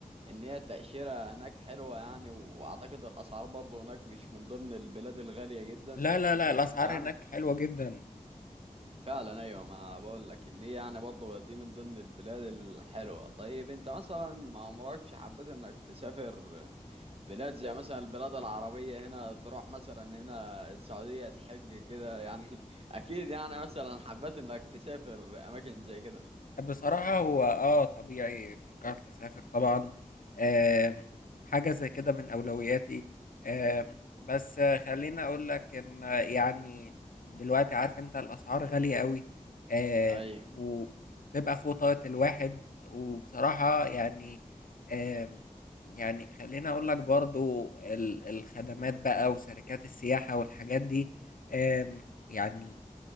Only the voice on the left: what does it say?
لا لا لا الأسعار
هناك حلوة جدا
بصراحة هو اه طبيعي فكرت اسافر طبعا آم، حاجة زي كده من اولوياتي آم، بس آه، خليني اقول لك ان آه، يعني دلوقتي عارف انت الاسعار غالية قوي آم،
وتبقى فوق طاقة الواحد وبصراحة يعني آم، يعني خليني اقول لك برضو ال- الخدمات بقى وشركات السياحة والحاجات دي آم، يعني